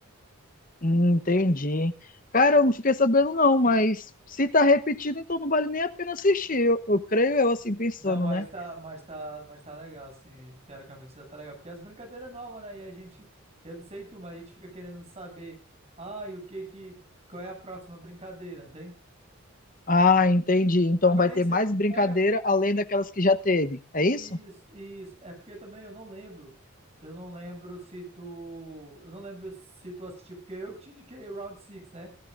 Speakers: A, on the left; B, on the right.
A: Hum, Entendi. Cara, eu não fiquei sabendo não, mas se tá repetido, então não vale nem a pena assistir. Eu, eu creio eu assim pensando,
B: Não, mas
A: né?
B: tá, mas tá, mas tá legal, assim, teoricamente já tá legal, porque as brincadeiras novas né? E a gente, eu não sei tu, mas a gente fica querendo saber, ah, e o que que, qual é a próxima brincadeira, não tem?
A: Ah, entendi. Então
B: Também
A: vai
B: nem
A: ter
B: sei,
A: mais brincadeira
B: é,
A: além daquelas que já teve. É
B: isso,
A: isso?
B: isso, é porque também eu não lembro, eu não lembro se tu, eu não lembro se tu assistiu, porque eu que te indiquei o Round six né?